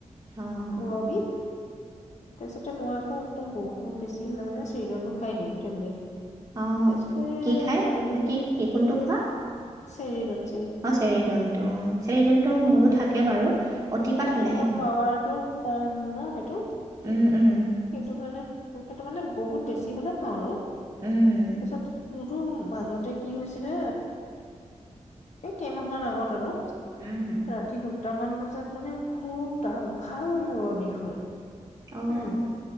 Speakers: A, on the right; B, on the left.
A: অঁ
B: মুৰবিষ তাৰপিছতে মই আকৌ একদম, বহুত বেছি হ'লে, মানে চুইডেন টো খাই দিও, টেবলেট
A: অঁ
B: তাৰপিছটো
A: কি খায়
B: ভাবিলো মই,
A: কি কি কোনটো খোৱা।
B: চেৰিদল,
A: অ' চেৰিদন টো অ', চেৰিদনটো মোৰো থাকে বাৰু। অতিপাত
B: তাৰমানে
A: হ'লেহে
B: অলপ
A: খাওঁ
B: পাৱাৰটো কম ন সেইটো।
A: উম উম
B: সেইটো কাৰণে সেইটো কাৰণে বহুত বেছি। বেছি হলে খাওঁ আৰু।
A: উম
B: তাৰপিছত, উ' তোৰ মাজতে কি হৈছিলে? এই কেইমাহমান আগত আৰু।
A: উম
B: ৰাতি লুটি এটামান বজাত মানে খুব দাল ভাল মূৰৰ বিষ হয়।
A: অহ,
B: উম,